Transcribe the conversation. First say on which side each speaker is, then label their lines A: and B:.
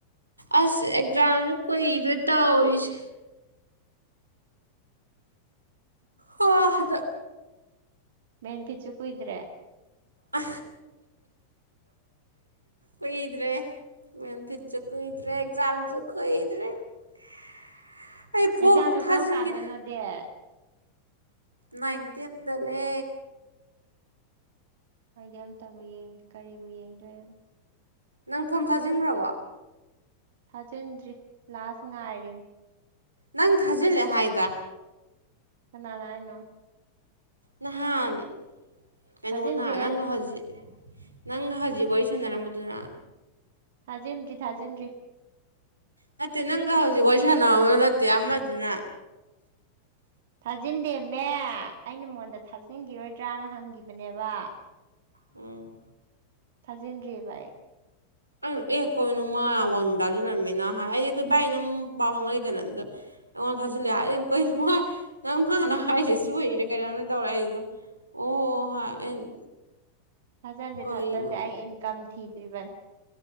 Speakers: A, on the right (about 85°); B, on the right (about 55°).
A: ꯑꯁ ꯑꯦꯛꯖꯥꯝꯁꯨ ꯀꯨꯏꯗ꯭ꯔꯦ ꯇꯧꯔꯤꯁꯦ ꯍꯥ ꯍꯟꯗꯛ
B: ꯕꯦꯟꯀꯤꯠꯁꯨ ꯀꯨꯏꯗ꯭ꯔꯦ
A: ꯑ ꯀꯨꯏꯗ꯭ꯔꯦ ꯃꯦꯟꯐꯤꯠꯁꯨ ꯀꯨꯏꯗ꯭ꯔꯦ ꯑꯦꯛꯖꯥꯝꯁꯨ ꯀꯨꯏꯗ꯭ꯔꯦ <inaudible>
B: ꯑꯦꯛꯖꯥꯝꯗꯣ
A: ꯑꯝꯇ ꯊꯥꯖꯤꯟꯒꯦ
B: ꯀꯝ ꯀꯥꯟꯗꯅꯣ ꯗꯦꯠ
A: ꯅꯥꯏꯟꯇꯤꯟꯗꯅꯦ
B: ꯍꯥꯏꯗꯤ ꯑꯝꯇꯕꯨ ꯌꯦꯡꯗꯦ ꯀꯔꯤꯕꯨ ꯌꯦꯡꯗꯣꯏꯅꯣ
A: ꯅꯪ ꯐꯣꯝ ꯊꯥꯖꯤꯟꯈ꯭ꯔꯕꯣ
B: ꯊꯥꯖꯤꯟꯗ꯭ꯔꯤ ꯂꯥꯁ ꯉꯥꯏꯔꯤꯅꯦ
A: ꯅꯪ ꯊꯥꯖꯤꯜꯂꯦ ꯍꯥꯏꯗ
B: ꯀꯅꯥꯅ ꯍꯥꯢꯅꯣ
A: ꯅꯍꯥꯟ ꯀꯩꯅꯣꯅ
B: ꯊꯥꯖꯤꯟꯗ꯭ꯔꯤꯍꯦ
A: ꯅꯪꯒ ꯍꯧꯖꯤꯛ ꯅꯪꯒ ꯍꯧꯖꯤꯛ ꯋꯥꯔꯤ ꯁꯥꯟꯅꯔꯝꯕꯗꯨꯅ
B: ꯊꯥꯖꯤꯟꯗ꯭ꯔꯤ ꯊꯥꯖꯤꯟꯗ꯭ꯔꯤ
A: ꯅꯠꯇꯦ ꯅꯪꯒ ꯍꯧꯖꯤꯛ ꯋꯥꯔꯤ ꯁꯅꯔꯝꯕꯗꯣ ꯅꯠꯇꯦ ꯑꯃꯗꯨꯅ
B: ꯊꯥꯖꯤꯟꯗꯦꯝꯃꯦ ꯑꯩꯅ ꯃꯉꯣꯟꯗ ꯊꯥꯖꯤꯟꯒꯤꯔꯣꯏꯗ꯭ꯔꯥꯅ ꯍꯪꯒꯤꯕꯅꯦꯕ
A: ꯎꯝ
B: ꯊꯥꯖꯤꯟꯗ꯭ꯔꯤꯑꯦꯕ ꯑꯩ
A: ꯑꯩꯅ ꯑꯦ ꯀꯩꯅꯣ ꯃꯥꯅ ꯑꯩꯉꯣꯟꯗ ꯊꯖꯝꯂꯝꯃꯤꯅ ꯍꯥꯏ ꯑꯩ ꯑꯈꯣꯏ ꯚꯥꯏ ꯑꯗꯨꯝ ꯄꯥꯎ ꯐꯥꯎꯅꯩꯗꯅ ꯑꯗꯨꯗ ꯑꯩꯉꯣꯟꯗ
B: ꯎꯝ
A: ꯊꯥꯖꯤꯜꯂꯦ ꯍꯥꯏ ꯀꯩꯅꯣꯍꯥꯏ ꯅꯪ ꯃꯥꯅ ꯍꯥꯏꯔꯤꯁꯦ ꯁꯣꯢꯔꯤꯔ ꯀꯩꯅꯣꯝꯗꯤ ꯇꯧꯔꯦ ꯑꯩꯁꯨ ꯑꯗꯨꯝ ꯑꯣ ꯑꯣ ꯍꯥꯏꯔ ꯑꯩꯅ
B: ꯊꯥꯖꯟꯗꯦ
A: ꯀꯔꯤꯅꯣ
B: ꯊꯥꯖꯟꯗꯦ ꯑꯩ ꯏꯟꯀꯝ ꯊꯤꯗ꯭ꯔꯤꯕꯅꯦ